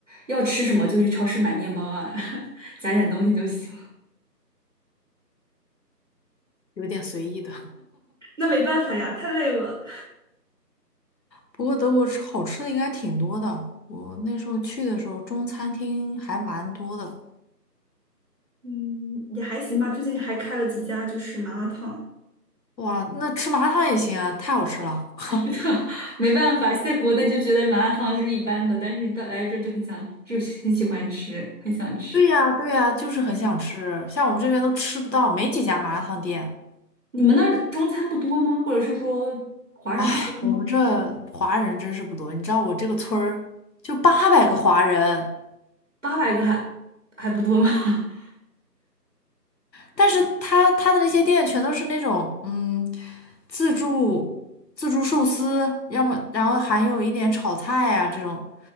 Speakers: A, on the right (about 50°); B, on the left (about 80°).
A: 要吃什么就去超市买面包啊，<laughs> 加点东西就行了。
B: 有点随意的。
A: 那没办法呀，太累了。
B: 不过德国吃好吃的应该挺多的，我那时候去的时候中餐厅还蛮多的。
A: <laughs> 嗯，也还行吧，最近还开了几家就是麻辣烫。
B: 哇，那吃麻辣烫也行啊，太好吃了。<laughs>
A: <laughs> 没办法，在国内就觉得麻辣烫是一般的，但是到来这就很想，就很喜欢吃，很想吃。
B: 对呀，对呀，就是很想吃，像我们这边都吃不到，没几家麻辣烫店。
A: 你们那儿中餐不多吗？或者是说华人不多吗？
B: 唉，我们这华人真是不多，你知道我这个村儿就八百个华人。
A: 八百个还还不多吗？<laughs>
B: 但是他他的那些店全都是那种嗯，自助自助寿司，要么然后还有一点炒菜啊这种，